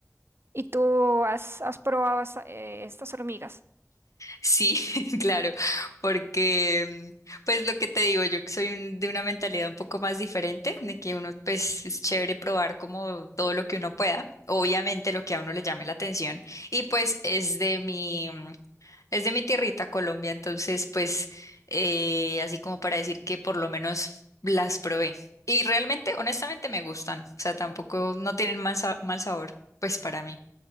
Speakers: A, on the right; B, on the left.
A: ¿Y tú has, has probado esa- eh, estas hormigas?
B: Sí, <laughs> claro, porque mm, pues lo que te digo, yo que soy un- de una mentalidad un poco más diferente, de que uno pues es chévere probar como todo lo que uno pueda, obviamente lo que a uno le llame la atención y pues es de mi mm, es de mi tierrita Colombia, entonces pues eh, así como para decir que por lo menos las probé y realmente honestamente me gustan, o sea, tampoco no tienen mal, sa- mal sabor pues para mí,